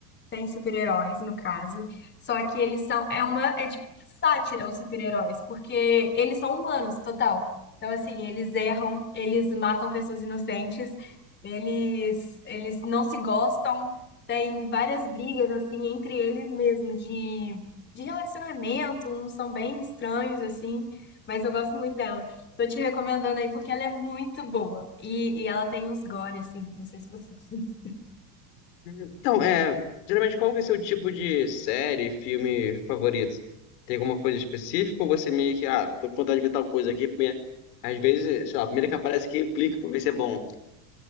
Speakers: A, on the left; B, on the left.
A: tem super-heróis, no caso. Só que eles são. É uma. É tipo uma sátira aos super-heróis, porque eles são humanos, total. Então, assim, eles erram, eles matam pessoas inocentes, eles, eles não se gostam. Tem várias brigas, assim, entre eles mesmo, de, de relacionamento, uns são bem estranhos, assim. Mas eu gosto muito dela. Tô te recomendando aí porque ela é muito boa. E, e ela tem uns gore, assim. Não sei se você. <laughs>
B: Então, é, geralmente qual que é o seu tipo de série, filme favorito? Tem alguma coisa específica ou você meio que, ah, tô com vontade de ver tal coisa aqui, porque às vezes, sei lá, a primeira que aparece aqui, eu clico pra ver se é bom.